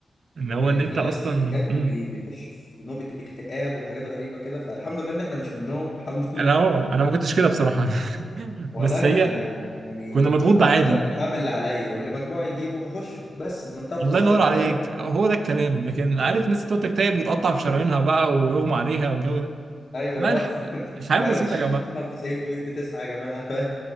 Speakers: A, on the right; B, on the left.
A: ان هو
B: يعني
A: ان انت
B: في
A: اصلا
B: ناس بجد
A: مم.
B: بي- بيخش في نوبة اكتئاب وحاجات غريبة كده فالحمد لله ان احنا مش منهم <laughs> الحمد لله
A: انا اه انا ما كنتش كده بصراحه <laughs>
B: ولا
A: بس
B: انا
A: هي
B: انا يعني
A: كنا
B: كنت
A: مضغوط
B: قلت
A: عادي
B: انا هعمل اللي عليا واللي مجموعي يجيبه هخشه بس بمنتهى البساطة
A: الله ينور عليك
B: فاهم
A: هو ده الكلام لكن عارف الناس تقعد تكتئب وتقطع في شرايينها بقى ويغمى عليها والجو ده
B: ايوه
A: بقى
B: اللي هو
A: الح...
B: <laughs>
A: مش حاجه
B: ما عرفتش
A: بسيطه يا
B: اجيب
A: جماعه
B: 99.9 يا جماعة فاهم